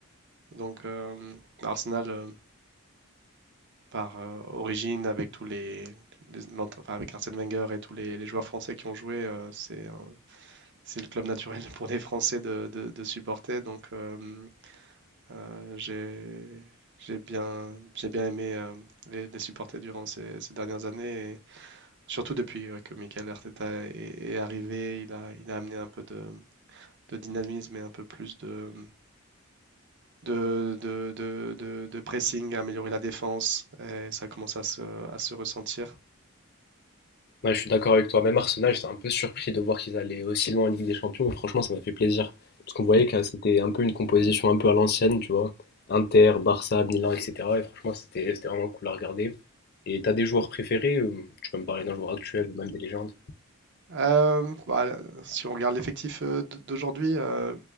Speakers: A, on the right; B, on the left.
A: Donc euh, Arsenal euh, par euh, origine avec tous les, les- l'entre- enfin, avec Arsène Wenger et tous les, les joueurs français qui ont joué, euh, c'est un, c'est le club naturel pour les Français de, de- de supporter. Donc, euh, euh, j'ai, j'ai bien, j'ai bien aimé euh, les, les supporter durant ces, ces dernières années, et surtout depuis ouais, que Mikel Arteta est, est arrivé. Il a, il a amené un peu de, de dynamisme et un peu plus de, de, de, de- de- de pressing, à améliorer la défense, et ça commence à se, à se ressentir.
B: Ouais, je suis d'accord avec toi. Même Arsenal, j'étais un peu surpris de voir qu'ils allaient aussi loin en Ligue des Champions. mais franchement, ça m'a fait plaisir. Parce qu'on voyait que c'était un peu une composition un peu à l'ancienne, tu vois. Inter, Barça, Milan, etc. Et franchement, c'était c'était vraiment cool à regarder. Et t'as des joueurs préférés? euh, Tu peux me parler d'un joueur actuel ou même des légendes?
A: Euh, bah, si on regarde l'effectif euh, d'aujourd'hui, euh,